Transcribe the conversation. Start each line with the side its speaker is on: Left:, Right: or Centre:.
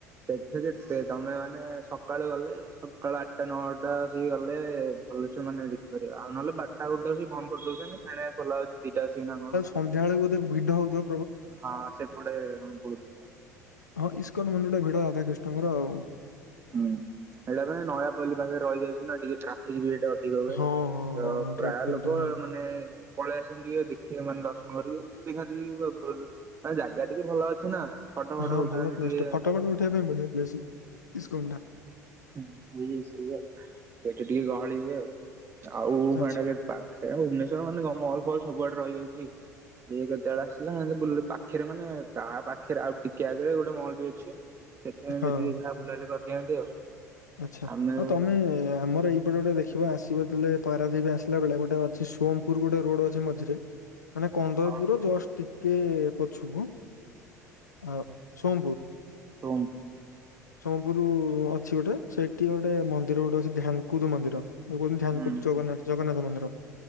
Right: <unintelligible> ତମେ ମାନେ ସକାଳୁ ଗଲେ ସକାଳୁ ଆଠଟା ନଅଟା ସେ ଗଲେ। ପୁରୁଷ ମାନେ ଦେଖିପାରିବେ, ଆଉ ନହଲେ ବାରଟା ଗୋଟେ ବନ୍ଦ କରିଦେଉଚନ୍ତି। ଫେଏଣେ ଖୁଲା ହଉଛି ଦିଟା ଆସିକିନା କଣ?
Left: ସନ୍ଧ୍ୟା ବେଳକୁ ବୋଧେଭିଡ ହେଉଥିବ।
Right: ହଁ ସେପଟେ ବହୁତ
Left: ଆଉ, ଇସ୍କନ ମନ୍ଦିର ଟି ଭିଡ ରାଧାକ୍ରିଷ୍ଣଙ୍କର ଆଉ
Right: ହୁଁ, ସେଇଟା ପରା ନୟାପଲ୍ଲି ପାଖରେ ରହିଯାଇଛି ନା ଟିକିଏ ଟ୍ରାଫିକ୍ ଭିଡ। ଦିଗ ବାଏ
Left: ହଁ ହଁ ହଁ
Right: ପ୍ରାୟ
Left: ଟ୍ରାଫିକ
Right: ଲୋକ
Left: ଟା ହଁ
Right: ମାନେ ପଳେଇ ଆସନ୍ତି ଟିକିଏଦେଖିବେ, ମାନେ ଦର୍ଶନ କରିବେ ଦେଖାଦେଖି ହଁ ଜାଗା ଟିକିଏ ଭଲ ଅଛି ନା? ଫଟୋ ଫଟ
Left: ହଁ
Right: ଉଠାନ୍ତି
Left: ଭଲ ପ୍ଲେସ
Right: ଟିକେ
Left: ଟେ, ଫଟ, ଫଟ ଉଠେଇବା ପାଇଁ ବଢିଆ ପ୍ଲେସ, ଇସ୍କନ ଟା।
Right: ଉଁ ସେ <unintelligible> ସେଠି ଟିକେ ଗହଳି ହୁଏ, ଆଉ <unintelligible>
Left: ଆଚ୍ଛା
Right: ଖେଳ ଭୁବନେଶ୍ୱର ମାନେ କଣ ମଲ ଫଲ ସବୁଆଡେ ରହିଯାଉଚି। କିଏ କେତେବେଳେ ଆସିଲା ବୁଲ ପାଖରେ, ମାନେ ତା ପାଖରେ, ଆଉ ଟିକେ ଆଗରେ ଗୋଟେ ମଲ୍ ବି ଅଛି। ସେଥିପାଇଁ ଆମେ
Left: ହଁ
Right: ଟିକେ ଯାହା ବୁଲାବୁଲି କରିଦିଅନ୍ତି ଆଉ।
Left: ଆଚ୍ଛା,
Right: ଆମେ
Left: ଆଉ ତମେ ଆମର ଏଇପଟେ ଗୋଟେ ଦେଖି ତ ଆସିବ ଯେତେବେଳେ ପାରାଦୀପ ଆସିଲାବେଳେ, ଗୋଟେ ଅଛି ସୋମପୁର ଗୋଟେ ରୋଡ ଅଛି ମଝିରେ ମାନେ କନ୍ଦରପୁର
Right: ହଁ
Left: ଜଷ୍ଟ ଟିକେ ପଛୁକୁ ଆ ସୋମପୁର।
Right: କୁହନ୍ତୁ।
Left: ସୋମପୁର ଅଛି ଗୋଟେ, ସେଇଠି ଗୋଟେ ମନ୍ଦିର ଗୋଟେ ଅଛି ଧ୍ୟାନକୁଦ ମନ୍ଦିର। କି ତାକୁ କୁହନ୍ତି ଧ୍ୟାନକୁଦ
Right: ହୁଁ
Left: ଜଗନ୍ନାଥ ଜଗନ୍ନାଥ ମନ୍ଦିର।